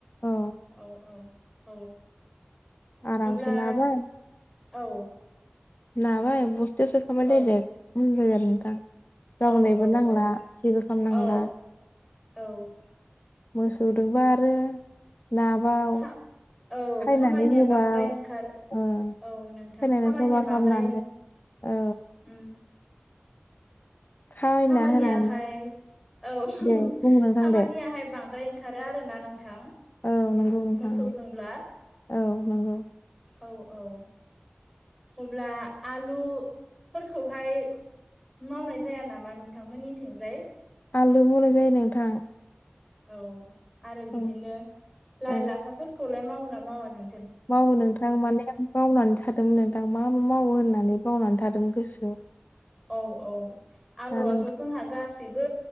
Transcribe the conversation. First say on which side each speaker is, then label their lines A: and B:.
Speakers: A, on the left; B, in the centre.
A: औ
B: औ औ औ
A: आरामसे
B: अब्ला
A: नाबाय
B: औ
A: नाबाय बस्थायाव सोखाबाय
B: औ
A: डाइरेक्ट
B: औ
A: मोजां जायो आरो नोंथां। जावनायबो
B: औ औ औ
A: नांला जेबो खामनांला
B: औ औ
A: मोसौदोंबा आरो नाबाव
B: खा औ
A: खायनानै
B: खामानिया
A: होबाव
B: बांद्राय ओंखारो।
A: ओ
B: औ नोंथां
A: खायनानै
B: खामानिया
A: जमा खालामनानै
B: बांद्राय ओम
A: औ खायना
B: खामानियाहाय
A: होनानै
B: औ
A: दे बुं नोंथां
B: खामानियाहाय
A: दे
B: बां द्राय ओंखारो आरोना नोंथां?
A: औ नोंगौ नोंथां
B: मोसौजोंब्ला
A: औ औ नोंगौ।
B: औ औ अब्ला आलुफोरखौहाय मावनाय जाया नामा नोंथांमोननिथिंजाय?
A: आलु मावनाय जायो नोंथां
B: औ आरो बिदिनो
A: औ
B: लाइ-लाफाफोरखौलाय
A: औ
B: मावोना मावा नों
A: मावो नोंथां माने बावनानै थादोंमोन नोंथां मा मा मावो होननानै बावनानै थादोंमोन गोसोआव
B: औ औ आलुआथ'
A: दा नोंथां
B: जोंहा गासिबो